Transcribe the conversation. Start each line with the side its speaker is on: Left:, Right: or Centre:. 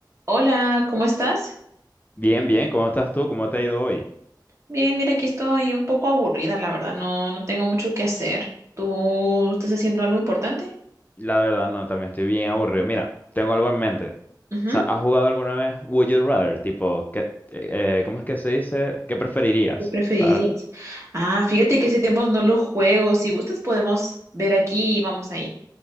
Right: Hola, ¿cómo estás?
Left: Bien, bien, ¿cómo estás tú? ¿Cómo te ha ido hoy?
Right: Bien, mira, aquí estoy un poco aburrida, la verdad, no, no tengo mucho que hacer. ¿Tú estás haciendo algo importante?
Left: La verdad, no, también estoy bien aburrido. Mira, tengo algo en mente.
Right: Ujú,
Left: O sea, ¿has jugado alguna vez Would You Rather? Tipo, ¿qué, eh, ¿cómo es que se dice? ¿Qué preferirías?
Right: ¿Qué preferirías?
Left: ¿Sabes?
Right: Ah, fíjate que hace tiempo no lo juego. Si gustas, podemos ver aquí y vamos ahí.